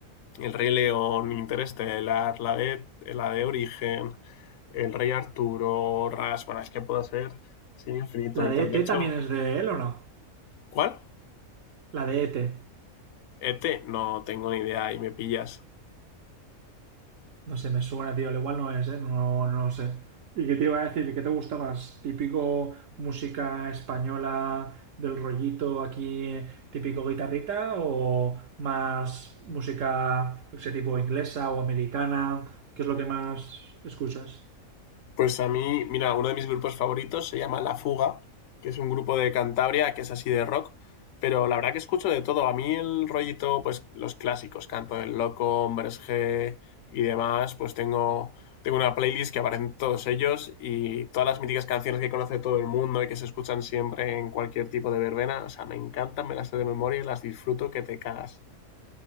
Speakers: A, on the left; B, on the right.
A: El Rey León, Interestelar, la de, la de Origen, El Rey Arturo, Ras, bueno, es que puedo ser así infinito,
B: ¿La
A: y
B: de
A: también
B: ET
A: he hecho...
B: también es de él o no?
A: ¿Cuál?
B: La de ET.
A: Ete, no tengo ni idea y me pillas.
B: No sé, me suena, tío. Al igual no es, ¿eh? No, no lo sé. ¿Y qué te iba a decir? ¿Qué te gusta más? ¿Típico música española del rollito aquí, típico guitarrita? ¿O más música, yo qué sé, tipo inglesa o americana? ¿Qué es lo que más escuchas?
A: Pues a mí, mira, uno de mis grupos favoritos se llama La Fuga, que es un grupo de Cantabria que es así de rock, pero la verdad que escucho de todo. A mí el rollito, pues los clásicos, Canto del Loco, Hombres G y demás, pues tengo, tengo una playlist que aparecen todos ellos y todas las míticas canciones que conoce todo el mundo y que se escuchan siempre en cualquier tipo de verbena. O sea, me encantan, me las sé de memoria y las disfruto que te cagas.